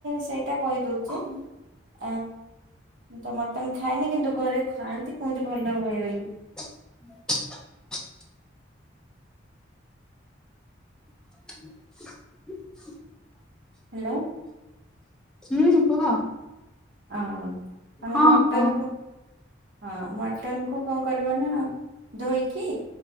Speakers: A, on the right; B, in the centre.
A: ସେଇ ଏଟା କହିଦଉଚି
B: ହୁଁ
A: ।ଆ ତ ତ ମୁଁ ଖାଏନି, କିନ୍ତୁ ଘରେ ଖାଆନ୍ତି କୁହନ୍ତି ଭଲ ହୁଏ ବୋଲି।
B: <inaudible> <inaudible>
A: ହାଲୋ।
B: ହୁଁ କୁହ।
A: ହଁ ତାଙ୍କ
B: ହଁ
A: ମଟନ
B: କହୁନ।
A: କୁ ହଁ ମଟନ କୁ କଣ କରିବ ନା ଧୋଇକି